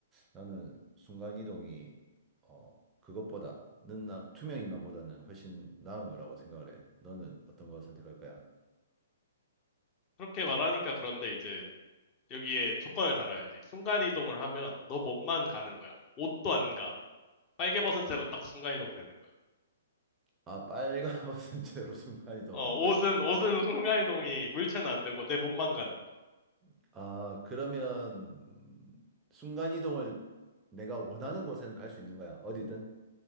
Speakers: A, on the right; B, on the left.
A: 나는 순간이동이 어 그것보다는 나 투명 인간보다는 훨씬 나은 거라고 생각을 해. 너는 어떤 거 선택할 거야?
B: 그렇게 말하니까 그런데 이제 여기에 조건을 달아야지. 순간이동을 하면 너 몸만 가는 거야. 옷도 안 가. 빨개 벗은 채로 딱 순간이동 되는 거야.
A: 아, 빨가벗은 <laughs> 채로 순간이동을
B: 어,
A: 한다.
B: 옷은, 옷은 <laughs> 순간이동이 물체는 안 되고 내 몸만 가는 거야.
A: <laughs> 아, 그러면 순간이동을 내가 원하는 곳에는 갈 수 있는 거야. 어디든.